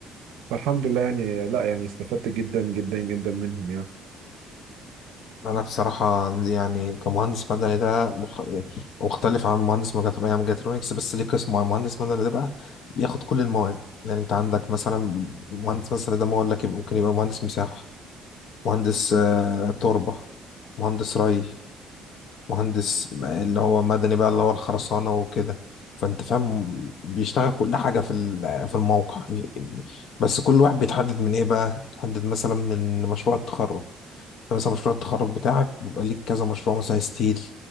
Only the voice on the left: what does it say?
انا بصراحه يعني كمهندس مدني ده مخ... مختلف عن مهندس ميكاترونكس يعني ميكاترونكس بس ليه قسم معين. مهندس مدني ده بقى بياخد كل المواد يعني انت عندك مثلا مهندس مثلا ده ما اقول لك يبقى- ممكن يبقى مهندس مساحه مهندس آه، تربه مهندس ري مهندس اللي هو مدني بقى اللي هو الخرسانه وكده فانت فاهم بيشتغل كل حاجه في ال- في الموقع يعني بس كل واحد بيتحدد من ايه بقى بيتحدد مثلا من مشروع التخرج انت مثلا مشروع التخرج بتاعك بيبقى ليك كذا مشروع مثلا ستيل